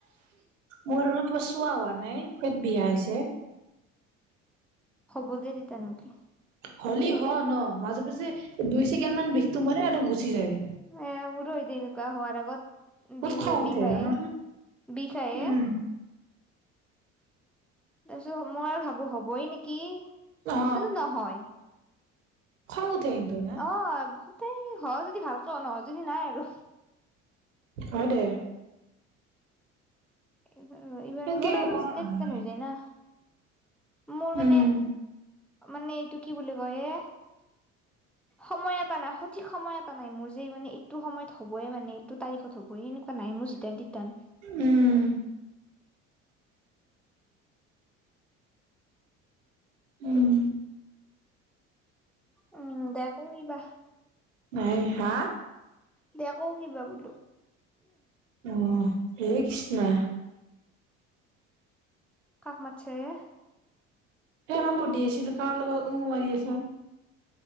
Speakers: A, on the right; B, in the centre.
A: মোৰ কিবা চুৱা হোৱা নাই পেট বিষাইছে।
B: হ'ব দে তিতা নহ'লে।
A: হলি হ ন মাজে মাজে দুই ছেকেণ্ড মান বিষটো মাৰে আৰু গুচি যায়।
B: এ মোৰো এদে এনেকুৱা হোৱাৰ আগতে
A: বহুত
B: বিষ
A: খং
B: এ
A: উঠে
B: বিষ আহে,
A: জানানে
B: বিষ আহে।
A: উম
B: তাছত মই ভাবো হ'বই নেকি?
A: অ
B: কিন্তু নহয়,
A: খং উঠে কিন্তু না
B: অ। তেই হ যদি ভালকে হ নহ যদি নাই আৰু।
A: হয় দে।
B: এইবাৰ আৰু এইবাৰ
A: সেনকে
B: মোৰ আৰু
A: কৰা
B: যেতিয়াই
A: নহয়
B: তেতিয়াই হৈ যায় না। মোৰ
A: উম
B: মানে মানে এইটো কি বুলি কয় এ সময় এটা নাই সঠিক সময় এটা নাই মোৰ যে মানে এইটো সময়ত হ'বইে মানে এইটো তাৰিখত হ'ব স এনেকুৱা নাই মোৰ যি তেন্তিতান
A: উম। উম।
B: উম দে আকৌ কিবা
A: নাই, হা?
B: দে আকৌ কিবা বোলো
A: অ হেইকষ্ণা
B: কাক মাতছা এ?
A: সে আমাক সুধি আছিল কাৰ লগত উ মাৰি আছ।